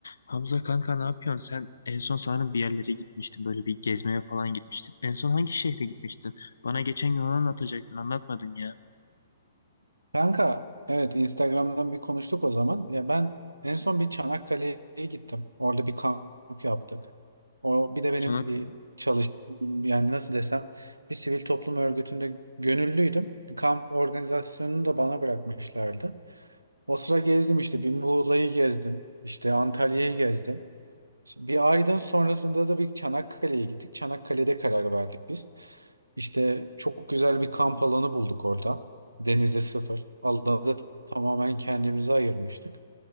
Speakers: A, on the left; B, on the right.
A: Hamza kanka ne yapıyorsun? Sen en son sanırım bir yerlere gitmiştin. Böyle bir gezmeye falan gitmiştin. En son hangi şehre gitmiştin? Bana geçen gün onu anlatacaktın. Anlatmadın ya.
B: Kanka evet Instagram'dan bir konuştuk o zaman. Ya ben en son bir Çanakkale'ye gittim. Orada bir kamp yaptık. O bir de benim
A: Çanakkale.
B: bir çalış yani nasıl desem bir sivil toplum örgütünde gönüllüydüm. Kamp organizasyonunu da bana bırakmışlardı. O sıra gezdim işte bir Muğla'yı gezdim. işte Antalya'yı gezdim. Şimdi bir aydan sonrasında da bir Çanakkale'ye gittik. Çanakkale'de karar verdik biz. İşte çok güzel bir kamp alanı bulduk orada. Denize sıfır. Alanı da tamamen kendimize ayırmıştık.